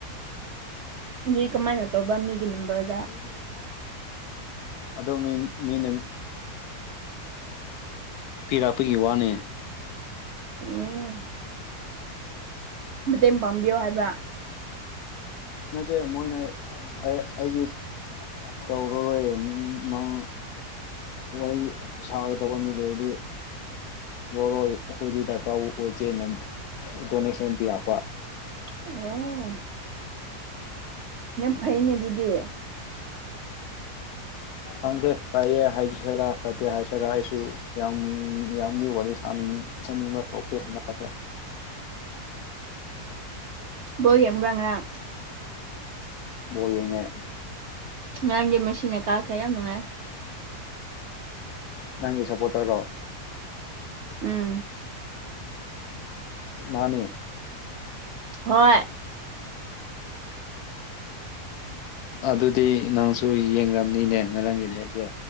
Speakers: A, on the right; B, on the left.
A: ꯑꯗꯨꯏ ꯀꯃꯥꯏꯅ ꯇꯧꯕ꯭ꯔꯥ ꯃꯤꯒꯤ ꯅꯝꯕꯔꯗ
B: <inaudible> ꯑꯗꯣ ꯃꯤ ꯃꯤꯅ ꯄꯤꯔꯛꯄꯒꯤ ꯋꯥꯅꯦ
A: ꯑꯣ ꯃꯇꯦꯡ ꯄꯥꯡꯕꯤꯌꯣ ꯍꯥꯏꯕ꯭ꯔꯥ
B: ꯅꯠꯇꯦ ꯃꯣꯏꯅ ꯑꯩꯒꯤ ꯇꯧꯔꯔꯣꯏ ꯅꯤꯡ ꯅꯪ ꯋꯥꯔꯤ ꯁꯥꯒꯇꯧꯕ ꯃꯤ ꯂꯩꯔꯗꯤ ꯂꯧꯔꯣꯏ ꯑꯩꯈꯣꯏꯗꯤ ꯗꯔꯀꯥꯔ ꯑꯣꯏꯗꯦꯅ ꯗꯣꯅꯦꯁꯟ ꯄꯤꯔꯛꯄ
A: ꯑꯣ ꯌꯥꯝ ꯐꯩꯅꯦ ꯑꯗꯨꯗꯤ
B: ꯈꯪꯗꯦ ꯐꯩꯌꯦ ꯍꯥꯏꯁꯤꯔꯥ ꯐꯠꯇꯦ ꯍꯥꯏꯁꯤꯔꯥ ꯑꯩꯁꯨ ꯌꯥꯝ ꯃꯤꯌꯥꯝꯒꯤ ꯋꯥꯔꯤ ꯁꯥꯅꯤꯡ ꯁꯥꯅꯤꯡꯕ ꯊꯣꯛꯇꯦ ꯍꯟꯗꯛꯁꯦ
A: ꯕꯣꯜ ꯌꯦꯡꯕ꯭ꯔꯥ ꯉꯥꯔꯥꯡ
B: ꯕꯣꯜ ꯌꯦꯡꯉꯦ
A: ꯉꯔꯥꯡꯗꯤ ꯃꯦꯁꯤꯅ ꯀꯥꯈ꯭ꯔꯦ ꯌꯥꯝ ꯅꯨꯡꯉꯥꯏ
B: ꯅꯪꯒꯤ ꯁꯞꯄꯣꯇꯔꯔꯣ
A: ꯎꯝ
B: ꯃꯥꯅꯦ
A: ꯍꯣꯏ
B: ꯑ ꯑꯗꯨꯗꯤ ꯅꯪꯁꯨ ꯌꯦꯡꯂꯝꯅꯤꯅꯦ ꯉꯔꯥꯡꯒꯤ ꯃꯦꯁꯇꯤ